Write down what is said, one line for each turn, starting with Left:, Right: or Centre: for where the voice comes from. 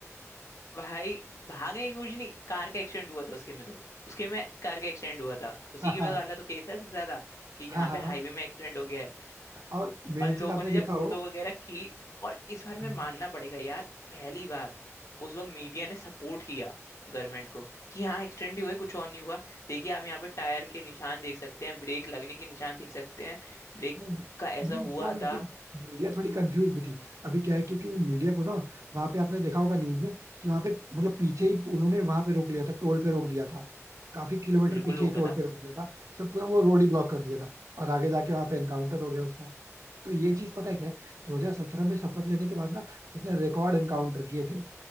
Left: भाई भागने की कुछ नहीं कार का एक्सीडेंट हुआ था उसके में तो उसके में कार का एक्सीडेंट हुआ था उसी
Right: <laughs>
Left: के
Right: हाँ
Left: वाला तो केस है सबसे ज्यादा कि जहाँ
Right: हाँ हाँ
Left: पे हाईवे में एक्सीडेंट हो गया है
Right: हाँ और मेन
Left: और लोगों
Right: चीज आपने
Left: ने
Right: देखा
Left: जब फोटो वगैरह की और इस बार
Right: हो
Left: मैं मानना पड़ेगा यार पहली बार उस वक्त मीडिया ने सपोर्ट किया गवर्नमेंट को कि हाँ एक्सीडेंट ही हुआ है, कुछ और नहीं हुआ देखिए आप यहाँ पे टायर के निशान देख सकते हैं ब्रेक लगने के निशान देख सकते हैं ब्रेक
Right: नहीं
Left: का ऐसा
Right: मीडिया
Left: हुआ
Right: लेकिन
Left: था
Right: मीडिया थोड़ी कंफ्यूज भी थी अभी क्या है क्योंकि मीडिया को ना वहां पे आपने देखा होगा न्यूज में कि वहां पे मतलब पीछे ही उन्होंने वहां पे रोक लिया था टोल पे रोक दिया था काफी किलोमीटर
Left: बिल्कुल
Right: पीछे
Left: वो
Right: ही टोल
Left: था
Right: पे रोक दिया था सब पूरा वो रोड ही ब्लॉक कर दिया था और आगे जाके वहां पे एनकाउंटर हो गया उसका तो ये चीज पता है क्या है 2017 में शपथ लेने के बाद ना उसने रिकॉर्ड एनकाउंटर किए थे